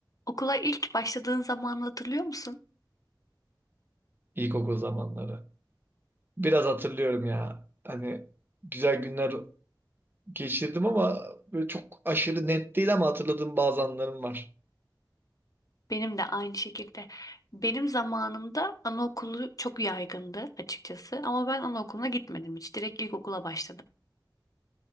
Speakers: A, on the left; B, on the right.
A: Okula ilk başladığın zamanı hatırlıyor musun?
B: İlkokul zamanları. Biraz hatırlıyorum ya. Hani güzel günler geçirdim ama böyle çok aşırı net değil ama hatırladığım bazı anlarım var.
A: Benim de aynı şekilde. Benim zamanımda anaokulu çok yaygındı açıkçası ama ben anaokuluna gitmedim hiç. Direkt ilkokula başladım.